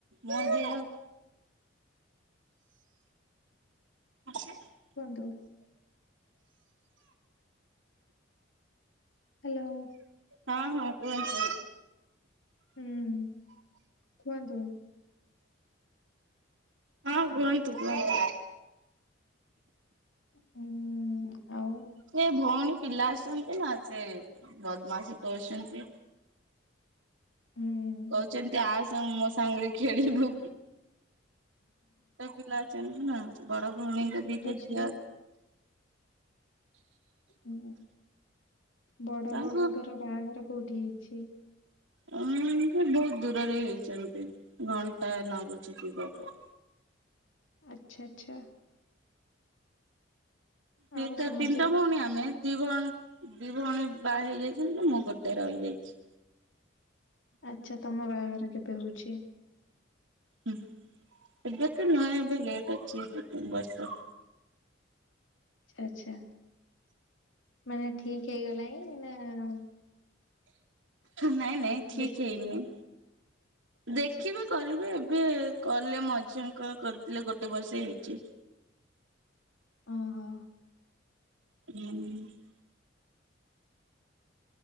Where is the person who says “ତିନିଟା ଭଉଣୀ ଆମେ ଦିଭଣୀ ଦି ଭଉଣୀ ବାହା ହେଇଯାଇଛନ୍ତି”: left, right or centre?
Right